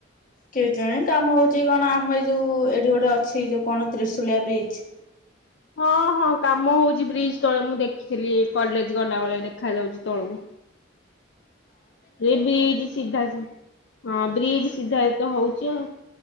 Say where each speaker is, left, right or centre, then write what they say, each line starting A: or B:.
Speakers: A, on the left; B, on the left.
A: କେ ଜାଣି କାମ ହୋଉଚି କଣ ଆମ ଏଇ ଯୋଉ ଏଠି ଗୋଟେ ଅଛି ଯୋଉ କଣ ତ୍ରିଶୁଳିଆ ବ୍ରିଜ ହ
B: ହଁ ହଁ କାମ ହୋଉ ବ୍ରିଜ ତଳେ ମୁଁ ଦେଖିଥିଲି କଲେଜ ଗଲା ବେଳେ ଦେଖା ଯାଉଚି ତଳକୁ। ସେ ବ୍ରିଜ ସିଧା ହଁ ବ୍ରିଜ ଟା ତ ହୋଉଚି ଆଉ।